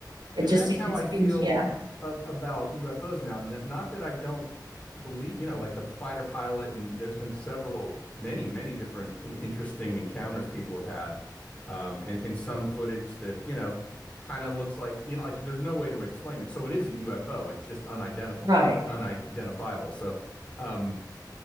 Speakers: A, on the right; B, on the left.
A: It
B: and
A: just
B: that's
A: se-
B: how
A: it
B: I feel
A: seems, yeah,
B: a- about UFOs now. N not that I don't believe, you know, like the fighter pilot, and there's been several, many, many different i- interesting encounters people have had, um, and, and some footage that, you know, kind of looks like, you know, like there's no way to explain it. So it is a UFO. It's just unidentifiable,
A: right,
B: unidentifiable. So, um,